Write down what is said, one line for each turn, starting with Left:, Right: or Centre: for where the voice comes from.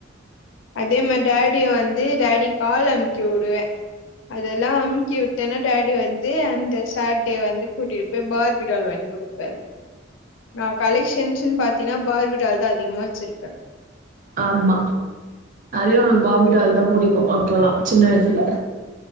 Left: அதே மாதிரி டேடிய வந்து டேடி கால அமுக்கி விடுவே அதெல்லா அமுக்கி விட்டேன்னா டேடி வந்து அந்த சேட்டே வந்து கூட்டிட்டு போய் பார்பிடால் வாங்கி கொடுப்பரு நா கலெக்ஷன்ஸ்ன்னு பாத்தீன்னா பார்பிடால் தா அதிகமா வச்சிருப்பே
Right: ஆமா யு பார்பிடால் தா புடிக்கு அப்பல்லா சின்ன வயசுல